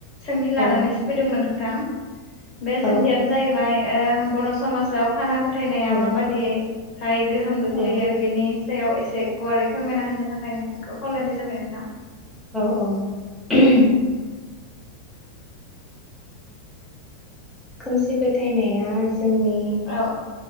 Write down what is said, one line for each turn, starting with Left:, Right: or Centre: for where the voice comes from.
Left: सोंथि लानानैसो
Centre: औ
Left: फैदोंमोन आं थां बे सोंथियानो
Centre: औ
Left: जाहैबाय ओ बर' समाजाव खानाफो फोथायनाया
Centre: औ
Left: माबाददियै हाय गोहोम गोग्लैयो
Centre: औ
Left: बेनि सायाव एसे गुवारै फोरमायना होनो थाखाय नों नोंखौ खावलायनाय जाबाय नोंथां
Centre: औ औ ओहोम खोमसि फोथायनाया जोंनि
Left: औ